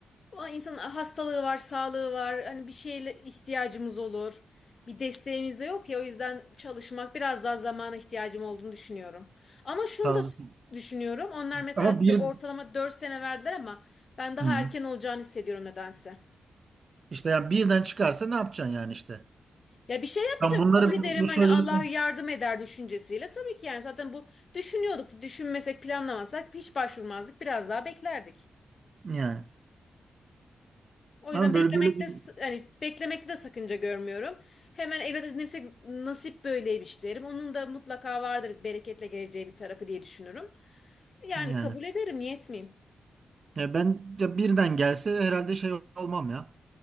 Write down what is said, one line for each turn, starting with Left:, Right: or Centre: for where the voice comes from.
Left: o insanın hastalığı var, sağlığı var. Hani bir şeyle ihtiyacımız olur. Bir desteğimiz de yok ya o yüzden çalışmak biraz daha zamana ihtiyacım olduğunu düşünüyorum. Ama şunu
Right: Tamam.
Left: da s- düşünüyorum. Onlar mesela
Right: ama
Left: dö-
Right: bir
Left: ortalama 4 sene verdiler ama ben daha
Right: hı.
Left: erken olacağını hissediyorum nedense.
Right: İşte yani birden çıkarsa ne yapacaksın yani işte?
Left: Ya bir şey yapmayacağım
Right: Tam bunları
Left: kabul ederim
Right: bu, bu soruyu
Left: hani Allah yardım eder düşüncesiyle. Tabii ki yani zaten bu düşünüyorduk. Düşünmesek planlamasak hiç başvurmazdık biraz daha beklerdik.
Right: yani.
Left: O
Right: Ama
Left: yüzden beklemekte
Right: böyle böyle bir
Left: s- hani beklemekte de sakınca görmüyorum. Hemen evlat edinirsek nasip böyleymiş derim. Onun da mutlaka vardır bereketle geleceği bir tarafı diye düşünürüm. Yani
Right: yani.
Left: kabul ederim, niye etmeyeyim?
Right: Ya ben ya birden gelse herhalde şey olmam ya.